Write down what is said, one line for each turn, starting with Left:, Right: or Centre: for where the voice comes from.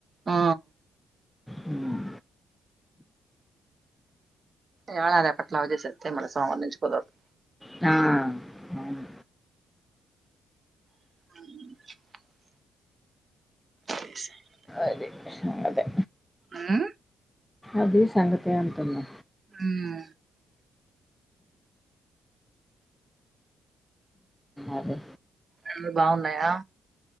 Right: ఆ
Centre: హ్మ్.
Right: ఇవళ రేపట్లా అవి చేసెత్తే మళ్ల సోమవారం నుంచి కుదరరదు
Centre: ఆ అవును.
Right: అవును చేసేయండి ఇంగా
Centre: అది. అదే.
Right: ఆ
Centre: అది సంగతే అంటున్నా
Right: ఉమ్మా
Centre: అదే
Right: ఎండలు బాగున్నాయా